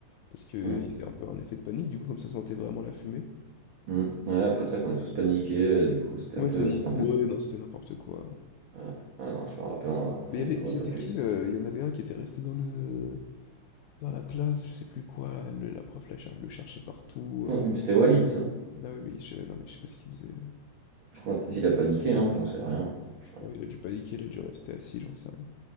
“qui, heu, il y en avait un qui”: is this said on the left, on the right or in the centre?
Left